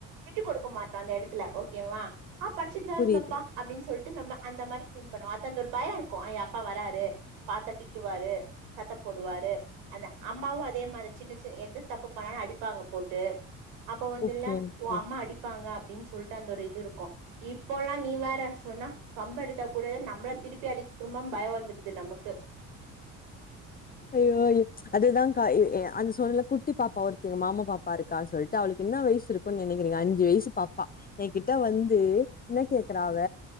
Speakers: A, on the right (about 85°); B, on the left (about 25°).
A: விட்டு கொடுக்க மாட்டோ அந்த எடத்துல ஓக்கேவா ஆ படிச்சிட்தாருந்தோப்பா
B: புரியுது.
A: அப்டின் சொல்ட்டு நம்ம அந்த மாரி சீன் பண்ணுவோ அது அந்த ஒரு பயோருக்கோ அ ஏ அப்பா வராரு பாத்தா திட்டுவாரு சத்தம் போடுவாரு அந்த அம்மாவு அதே மாரி சின்ன சின்ன எது தப்பு பண்ணாலு அடிப்பாங்க போட்டு அப்ப வந்துல்ல
B: ஓகே, ஓகே.
A: ஓ அம்மா அடிப் ப்பாங்க அப்டின் சொல்ட்டு அந்த ஒரு இதுருக்கும் இப்போல்லா நீ வேற சொன்னா கம்பெடுத் தா கூடா நம்ள திருப்பி அடிக்குமா பயோ வந்துருது நமக்கு
B: ஐய்யோ ஐயோ அதுதா கா எ எ அந் சொல்லக் குட்டி பாப்பா ஒருத்தி எங்க மாமா பாப்பாருக்கான் சொல்ட்டு அவளுக்கு இன்னா வய்ஸூருக் கோ நெனைக்கிறிங்க அஞ்சு வய்சு பாப்பா என் கிட்ட வந்து என்ன கேக்றா அவ